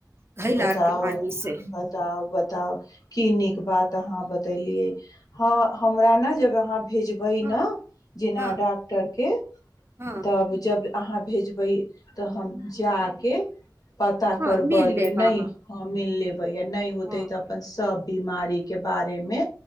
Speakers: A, on the right; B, on the left.
A: घैला
B: बताउ
A: आर के पानी से
B: बताउ बताउ की नीक बात तऽ अहाँ बतेलियै हँ हमरा न जब आहाँ भेजबै
A: हँ
B: न जेना
A: हँ
B: डॉक्टर के
A: हँ
B: तब जब आहाँ भेजबै तऽ हम जाके पता
A: हँ
B: करबै
A: मिल
B: बैय
A: लेब
B: नय
A: अहाँ
B: हँ मिल लेब बैय नय होतै
A: हँ
B: तऽ अपन सब बीमार री के बारेमे